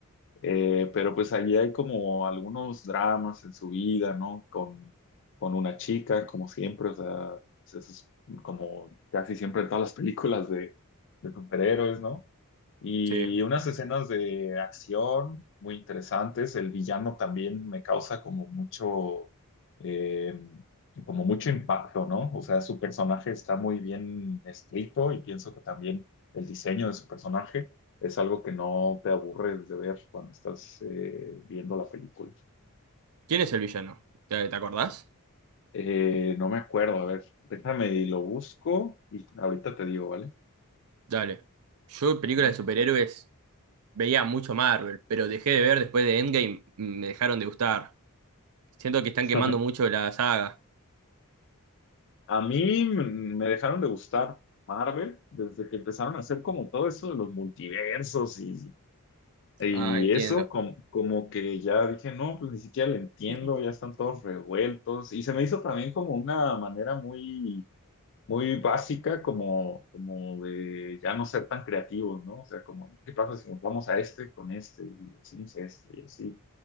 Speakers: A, on the left; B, on the right.
A: Eh, pero pues allí hay como algunos dramas en su vida, ¿no? Con, con una chica, como siempre, o sea, pues, eso es como casi siempre en todas las <laughs> películas de, de superhéroes, ¿no? Y
B: Sí.
A: unas escenas de acción muy interesantes. El villano también me causa como mucho, eh, como mucho impacto, ¿no? O sea, su personaje está muy bien escrito y pienso que también el diseño de su personaje es algo que no te aburre de ver cuando estás eh, viendo la película.
B: ¿Quién es el villano? ¿Te, te acordás?
A: Eh, no me acuerdo, a ver, déjame y lo busco y ahorita te digo, ¿vale?
B: Dale. Yo películas
A: Ujú.
B: de superhéroes veía mucho Marvel, pero dejé de ver después de Endgame, mm, me dejaron de gustar. Siento que están quemando
A: Ah.
B: mucho
A: <laughs>
B: la saga.
A: A mí me me dejaron de gustar Marvel desde que empezaron a hacer como todo eso de los multiversos y, y
B: Ah, entiendo.
A: eso, como, como que ya dije, no, pues ni siquiera lo entiendo,
B: <clears throat>
A: ya están todos revueltos. Y se me hizo también como una manera muy, muy básica, como, como de ya no ser tan creativos, ¿no? O sea, como, ¿qué pasa si nos vamos a este con este y hacemos este y así?